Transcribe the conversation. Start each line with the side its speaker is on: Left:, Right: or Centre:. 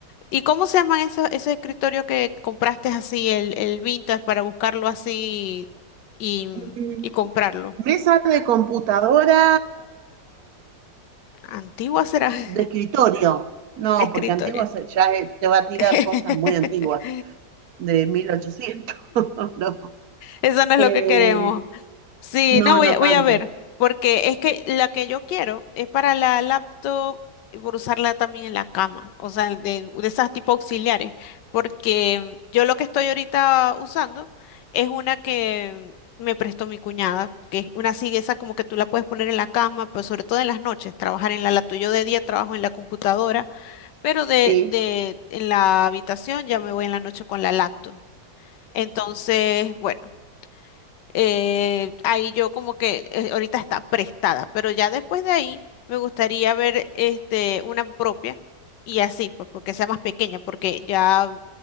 Left: ¿Y cómo se llaman esos, esos escritorios que compraste así, el, el vintage, para buscarlo así y,
Right: Mm,
Left: y comprarlo?
Right: Mesa de computadora
Left: Antigua será <laughs> de
Right: de escritorio. No,
Left: escritorio.
Right: porque antiguo se- ya eh, te va a
Left: <laughs>
Right: tirar cosas muy antiguas, de mil ochocientos <laughs> No,
Left: Eso no es
Right: Eh,
Left: lo que queremos. Sí,
Right: no,
Left: no, voy
Right: no
Left: a,
Right: tanto.
Left: voy a ver, porque es que la que yo quiero es para la laptop y por usarla también en la cama, o sea, de, de esas tipo auxiliares, porque yo lo que estoy ahorita usando es una que me prestó mi cuñada, que es una así, esa como que tú la puedes poner en la cama, pero sobre todo en las noches, trabajar en la laptop. Yo de día trabajo en la computadora, pero de,
Right: Sí.
Left: de, en la habitación ya me voy en la noche con la laptop. Entonces, bueno, eh, ahí yo como que eh, ahorita está prestada, pero ya después de ahí me gustaría ver este, una propia y así, pues porque sea más pequeña, porque ya